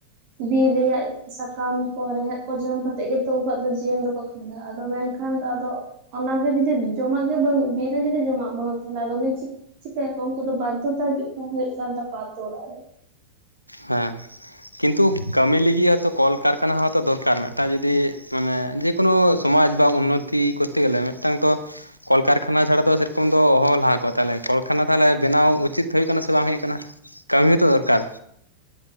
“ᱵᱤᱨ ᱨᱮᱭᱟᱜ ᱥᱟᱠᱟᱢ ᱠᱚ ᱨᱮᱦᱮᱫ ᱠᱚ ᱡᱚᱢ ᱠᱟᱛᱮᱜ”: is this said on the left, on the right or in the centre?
Right